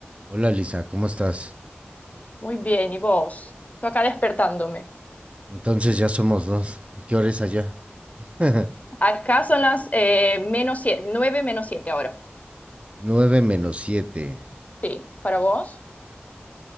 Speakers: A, on the right; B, on the left.
A: Hola Lisa, ¿cómo estás?
B: Muy bien, ¿y vos? Estoy acá despertándome.
A: Entonces ya somos dos. ¿Qué hora es allá? <laughs>
B: Acá son las eh, menos siete, 9 menos 7 ahora.
A: 9 menos 7.
B: Sí, ¿para vos?